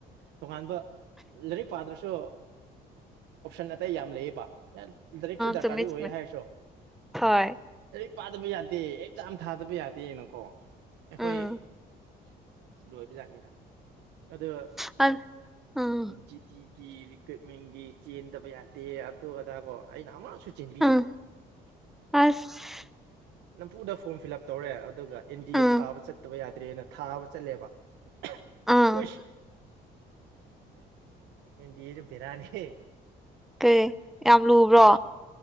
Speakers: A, on the right; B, in the centre.
A: ꯇꯣꯉꯥꯟꯕ ꯂꯥꯏꯔꯤꯛ ꯄꯥꯗ꯭ꯔꯁꯨ ꯑꯣꯞꯁꯟ ꯑꯇꯩ ꯌꯥꯝ ꯂꯩꯌꯦꯕ ꯂꯥꯏꯔꯤꯛꯁꯨ ꯗꯔꯀꯥꯔꯗꯤ
B: ꯆꯨꯝꯃꯦ ꯆꯨꯝꯃꯦ
A: ꯑꯣꯏ ꯍꯥꯏꯔꯁꯨ
B: ꯍꯣꯏ
A: ꯂꯥꯏꯔꯤꯛ ꯄꯥꯗꯕ ꯌꯥꯗꯦ ꯑꯦꯛꯖꯥꯝ ꯊꯥꯗꯕ ꯌꯥꯗꯦꯅꯀꯣ ꯑꯩꯈꯣꯏ
B: ꯎꯝ
A: ꯂꯣꯏꯕ ꯖꯥꯠꯅꯤꯗ ꯑꯗꯨ
B: ꯑ ꯎꯝ
A: ꯖꯤꯗꯤ ꯖꯤ ꯔꯤꯀ꯭ꯔꯨꯠꯃꯦꯟꯒꯤ ꯆꯦꯟꯗꯕ ꯌꯥꯗꯦ ꯑꯗꯨ ꯑꯗꯥ ꯀꯣ ꯑꯩꯅ ꯑꯃꯁꯨ ꯆꯦꯟꯕꯤꯘꯕꯥ
B: ꯎꯝ ꯑꯁ
A: ꯅꯝꯐꯨꯗ ꯐ꯭ꯔꯣꯝ ꯐꯤꯜ ꯑꯞ ꯇꯧꯔꯦ ꯑꯗꯨꯒ ꯑꯦꯟ ꯗꯤ
B: ꯎꯝ
A: ꯑꯦ ꯊꯥꯕ ꯆꯠꯇꯕ ꯌꯥꯗ꯭ꯔꯦꯅ ꯊꯥꯕ ꯆꯠꯂꯦꯕ꯫ <unintelligible>
B: ꯎꯝ
A: ꯑꯦꯟꯗꯤꯑꯦ ꯁꯨ ꯕꯦꯔꯥꯅꯤ ꯍꯦ
B: ꯀꯩ ꯌꯥꯝ ꯂꯨꯕ꯭ꯔꯣ
A: ꯑ